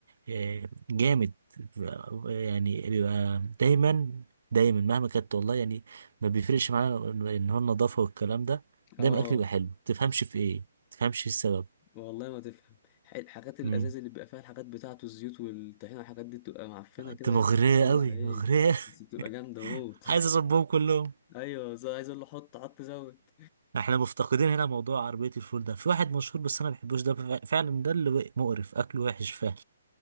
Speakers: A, on the right (about 65°); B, on the left (about 20°).
A: آه، جامد بيبقى- يعني بيبقى دايما دايما مهما كانت والله يعني ما بيفرقش معانا ان هو النظافه والكلام ده
B: اه
A: دايما الاكل يبقى حلو تفهمش في ايه تفهمش إيه السبب
B: والله ما تفهم ح- الحاجات الازاز
A: امم
B: اللي بيبقى فيها الحاجات بتاعته الزيوت والطحينه والحاجات دي بتبقى معفنه
A: انت
B: كده
A: مغريه
B: بس بتطلع
A: قوي
B: ايه
A: مغريه
B: بس بتبقى جامده
A: <laughs>
B: موت
A: عايز اصبهم كلهم
B: <laughs> ايوه زي- عايز اقول له حط حط زود
A: احنا مفتقدين هنا موضوع عربيه الفول ده في واحد مشهور بس انا ما بحبوش ده فعلا ده اللي مقرف اكله وحش فعلا